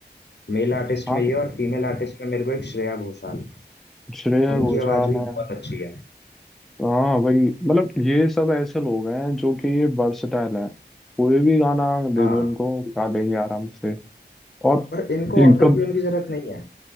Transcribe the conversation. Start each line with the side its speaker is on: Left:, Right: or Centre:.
Left: मेल आर्टिस्ट
Centre: हाँ
Left: में ये
Centre: तो
Left: और फीमेल आर्टिस्ट में मेरे को एक श्रेया घोषाल
Centre: श्रेया
Left: उनकी
Centre: घोषाल
Left: आवाज भी
Centre: है
Left: बहुत अच्छी है
Centre: तो हाँ भाई मतलब ये सब ऐसे लोग हैं जो कि ये वर्सटाइल है कोई भी गाना दे
Left: हाँ
Centre: दो इनको गा देंगे आराम से और
Left: पर इनको
Centre: एकदम
Left: ऑटो ट्यून की जरूरत नहीं है